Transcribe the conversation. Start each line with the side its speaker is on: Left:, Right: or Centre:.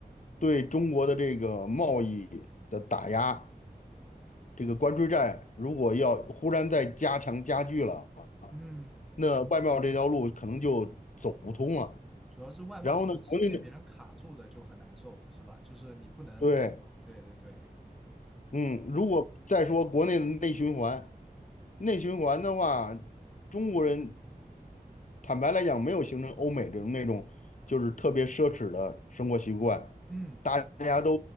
Left: 对中国的这个贸易的打压。这个关税战如果要忽然再加强加剧了啊，
Centre: 嗯。
Left: 那外贸这条路可能就走不通了。
Centre: 主要是外貌这的是被别人卡住的，
Left: 然后呢，国内的
Centre: 就很难受，是吧？就是你不能，
Left: 对，
Centre: 对对对，
Left: 嗯，如果再说国内的内循环，内循环的话，中国人坦白来讲没有形成欧美这种那种就是特别奢侈的生活习惯，
Centre: 嗯，
Left: 大家都